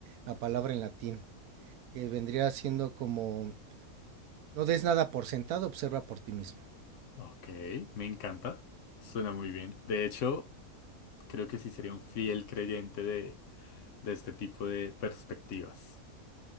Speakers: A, on the right; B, on the left.
A: la palabra en latín, que vendría siendo como, no des nada por sentado, observa por ti mismo.
B: Ok, me encanta. Suena muy bien. De hecho, creo que sí sería un fiel creyente de, de este tipo de perspectivas.